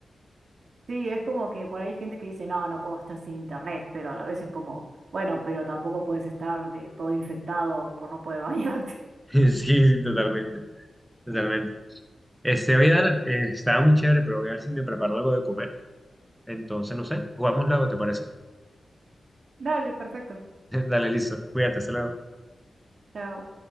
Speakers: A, on the right (about 60°); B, in the centre.
A: sí, es como que por ahí hay gente que dice, no, no puedo estar sin internet, pero a la vez es como, bueno, pero tampoco puedes estar de todo infectado por no poder bañarte.
B: Sí, sí, totalmente, totalmente. Este, voy a dar, eh, estaba muy chévere, pero voy a ver si me preparo algo de comer. Entonces, no sé, jugamos luego, ¿te parece?
A: <laughs> Dale, perfecto.
B: <laughs> Dale, listo, cuídate, hasta luego.
A: Chao.